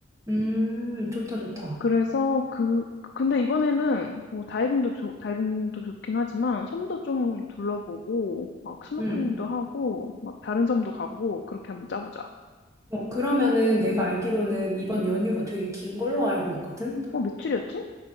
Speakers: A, on the right; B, on the left.
A: 음, 좋다, 좋다.
B: 그래서 그, 근데 이번에는 뭐 다이빙도 좋, 다이빙도 좋긴 하지만 섬도 좀 둘러보고 막 스노클링도
A: 음.
B: 하고 막 다른 섬도 가보고 그렇게 한번 짜보자.
A: 어, 그러면은 내가
B: 음.
A: 알기로는 이번
B: 음.
A: 연휴가 되게 긴 걸로 알고 있거든?
B: 어, 며칠이었지?